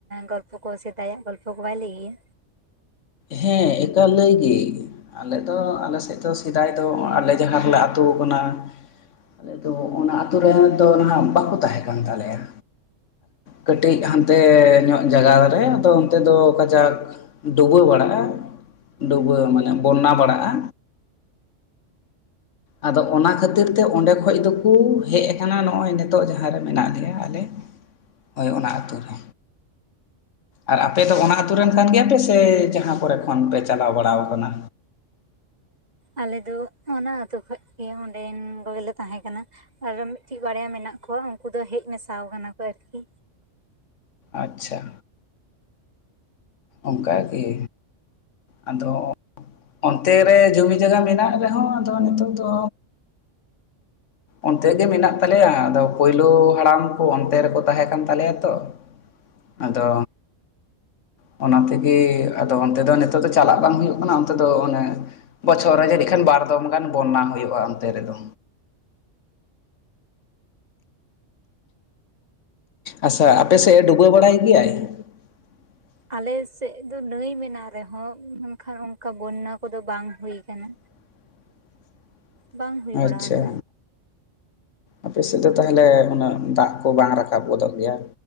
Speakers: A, on the right (about 35°); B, on the left (about 75°).
A: ᱜᱚᱞᱯᱚ ᱠᱚ ᱥᱮᱫᱟᱭᱟᱜ ᱜᱚᱞᱯᱚ ᱠᱚ ᱵᱟᱭ ᱞᱟᱹᱭ ᱜᱮᱭᱟ᱾
B: ᱦᱮᱸ ᱮᱠᱟ ᱞᱟᱹᱭ ᱜᱮ᱾ ᱟᱞᱮ ᱫᱚ ᱟᱞᱮ ᱥᱮᱫ ᱫᱚ ᱥᱮᱫᱟᱭ ᱫᱚ ᱟᱞᱮ ᱡᱟᱦᱟᱸ ᱨᱮᱞᱮ ᱟᱹᱛᱳ ᱠᱟᱱᱟ- ᱟᱞᱮ ᱫᱚ ᱚᱱᱟ ᱟᱹᱛᱩ ᱨᱮ ᱫᱚ ᱱᱟᱦᱟᱜ ᱵᱟᱠᱚ ᱛᱟᱦᱮᱸ ᱠᱟᱱ ᱛᱟᱞᱮᱭᱟ᱾ ᱠᱟᱹᱴᱤᱡ ᱦᱟᱱᱛᱮ ᱧᱚᱜ ᱡᱟᱭᱜᱟ ᱨᱮ ᱫᱚ ᱚᱱᱛᱮ ᱫᱚ ᱠᱟᱡᱟᱠ ᱰᱩᱵᱟᱹ ᱵᱟᱲᱟᱜ-ᱟ, ᱰᱩᱵᱟᱹ ᱢᱟᱱᱮ ᱵᱚᱱᱱᱟ ᱵᱟᱲᱟᱜ-ᱟ᱾ ᱟᱫᱚ ᱚᱱᱟ ᱠᱷᱟᱹᱛᱤᱨ ᱛᱮ ᱚᱸᱰᱮ ᱠᱷᱚᱱ ᱫᱚᱠᱚ ᱦᱮᱡ ᱠᱟᱱᱟ ᱱᱚᱜ-ᱚᱭ ᱱᱤᱛᱚᱜ ᱡᱟᱦᱟᱸ ᱨᱮ ᱢᱮᱱᱟᱜ ᱞᱮᱭᱟ ᱟᱞᱮ᱾ ᱦᱳᱭ ᱚᱱᱟ ᱟᱛᱩ ᱨᱮ᱾ ᱟᱨ ᱟᱯᱮ ᱫᱚ ᱚᱱᱟ ᱟᱛᱩ ᱨᱮᱱ ᱠᱟᱱ ᱜᱮᱭᱟᱯᱮ ᱥᱮ ᱡᱟᱦᱟᱸ ᱠᱚᱨᱮ ᱠᱷᱚᱱ ᱯᱮ ᱪᱟᱞᱟᱣ ᱵᱟᱲᱟ ᱠᱟᱱᱟ‌?
A: ᱟᱞᱮ ᱫᱚ ᱚᱱᱟ ᱟᱹᱛᱩ ᱠᱷᱚᱱ ᱜᱮ ᱚᱸᱰᱮᱱ ᱠᱚᱜᱮᱞᱮ ᱛᱟᱦᱮᱸ ᱠᱟᱱᱟ᱾ ᱟᱨᱚ ᱢᱤᱫᱴᱮᱱ ᱵᱟᱨᱭᱟ ᱢᱮᱱᱟᱜ ᱠᱚᱣᱟ ᱩᱱᱠᱩ ᱫᱚ ᱦᱮᱡ ᱢᱮᱥᱟ ᱠᱟᱱᱟ ᱠᱚ ᱟᱨᱠᱤ᱾
B: ᱟᱪᱪᱷᱟ᱾ ᱚᱱᱠᱟᱜᱮ ᱟᱫᱚ ᱚᱱᱛᱮ ᱨᱮ ᱡᱚᱢᱤ ᱡᱟᱭᱜᱟ ᱢᱮᱱᱟᱜ ᱨᱮᱦᱚᱸ ᱟᱫᱚ ᱱᱤᱛᱳᱜ ᱫᱚ ᱚᱱᱛᱮ ᱜᱮ ᱢᱮᱱᱟᱜ ᱛᱟᱞᱮᱭᱟ ᱟᱫᱚ ᱯᱳᱭᱞᱳ ᱦᱟᱲᱟᱢ ᱠᱚ ᱚᱱᱛᱮ ᱨᱮᱠᱚ ᱛᱟᱦᱮᱸ ᱠᱟᱱ ᱛᱟᱞᱮᱭᱟ ᱛᱚ᱾ ᱟᱫᱚ ᱚᱱᱟ ᱛᱮᱜᱮ ᱟᱫᱚ ᱚᱱᱛᱮ ᱫᱚ ᱱᱤᱛᱚᱜ ᱫᱚ ᱪᱟᱞᱟᱜ ᱵᱟᱝ ᱦᱩᱭᱩᱜ ᱠᱟᱱᱟ ᱚᱱᱛᱮ ᱫᱚ ᱚᱱᱮ ᱵᱚᱪᱷᱚᱨ ᱨᱮ ᱡᱟᱹᱱᱤᱡ ᱠᱷᱟᱱ ᱵᱟᱨ ᱫᱚᱢ ᱜᱟᱱ ᱵᱚᱱᱱᱟ ᱦᱩᱭᱩᱜ-ᱟ ᱚᱱᱛᱮ ᱨᱮᱫᱚ᱾ ᱟᱪᱪᱷᱟ ᱟᱯᱮ ᱥᱮᱫ ᱮ ᱰᱩᱵᱟᱹ ᱵᱟᱲᱟᱭ ᱜᱮᱭᱟᱭ? <inaudible>
A: ᱟᱞᱮ ᱥᱮᱫ ᱫᱚ ᱱᱟᱹᱭ ᱢᱮᱱᱟᱜ ᱨᱮᱦᱚᱸ ᱢᱮᱱᱠᱷᱟᱱ ᱚᱱᱠᱟ ᱵᱚᱱᱱᱟ ᱠᱚᱫᱚ ᱵᱟᱝ ᱦᱩᱭ ᱠᱟᱱᱟ᱾
B: <unintelligible>
A: ᱵᱟᱝ ᱦᱩᱭ
B: ᱟᱪᱪᱷᱟ
A: ᱵᱟᱲᱟ ᱠᱟᱱᱟ᱾
B: ᱟᱯᱮ ᱥᱮᱫ ᱫᱚ ᱛᱟᱦᱚᱞᱮ ᱩᱱᱟᱹᱜ ᱫᱟᱜ ᱠᱚ ᱵᱟᱝ ᱨᱟᱠᱟᱵ ᱜᱚᱫᱚᱜ ᱜᱮᱭᱟ?